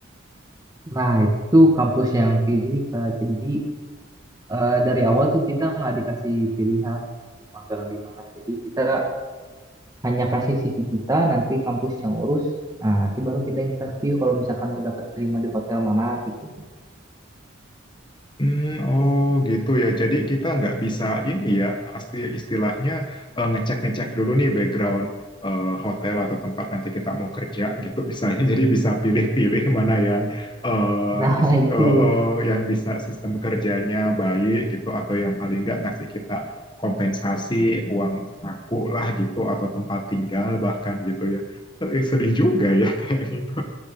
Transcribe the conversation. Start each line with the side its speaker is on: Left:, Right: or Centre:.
Right: Nah, itu tuh kampus yang pilih, Kak. Jadi eh, dari awal tuh kita nggak dikasih pilihan mau magang di mana. Jadi kita hanya kasih CV kita, nanti kampus yang urus. Nah, nanti baru kita interview kalau misalkan udah keterima di hotel mana gitu.
Left: Hmm, oh gitu ya. Jadi kita nggak bisa ini ya, pasti istilahnya eh, ngecek-ngecek dulu nih background eh, hotel atau tempat nanti kita mau kerja gitu misalnya. <laughs> Jadi bisa pilih-pilih mana yang eh,
Right: Nah,
Left: is-
Right: <laughs>
Left: eh,
Right: itu.
Left: eh, yang bisa sistem kerjanya baik gitu atau yang paling nggak ngasih kita kompensasi uang saku lah gitu atau tempat tinggal bahkan gitu ya. Eh, sedih juga ya <laughs> kayak gitu.